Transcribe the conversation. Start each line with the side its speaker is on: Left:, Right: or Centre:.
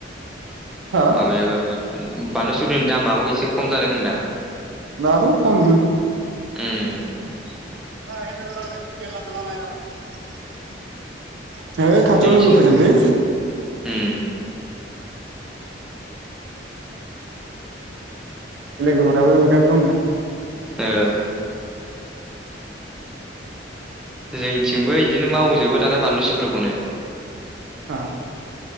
Right: हो
Centre: माबायाबो बार बानलु सिब्रनि दामाबो एसे खम जादों होनदां।
Right: दाथ खम।
Centre: ओम
Right: मा हिनजावजों रायलायनायखाय दुगायानो लाजालालाय नामा नोङो? है खाथियाव
Centre: जोंनिथिं
Right: फैदोंलै।
Centre: उम
Right: लोगोफोराबो बिराद दंना।
Centre: औ जोंथिंबो इदिनो मावजोबो दाना बानलु सिब्रुखौनो।
Right: आ